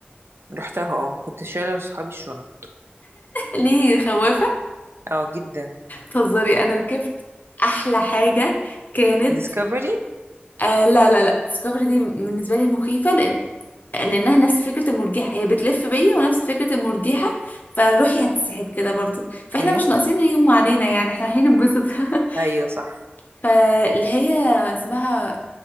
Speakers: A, on the right (about 80°); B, on the left (about 45°).
A: رحتها اه كنت شايلة لصحابي الشنط
B: ليه خوافة
A: اه جدا
B: تهزري انا ركبت احلى حاجة كانت
A: ديسكفري
B: آه لا لا لا ديسكفري دي بالنسبة لي مخيفة لأن لانها نفس فكرة المرجحة هي بتلف بيا ونفس فكرة المرجحة فروحي هتسحب كده برضو
A: اوكي
B: فاحنا مش ناقصين يغمى علينا يعني احنا رايحين ننبسط <laughs>
A: ايوه صح
B: فاللي هي اسمها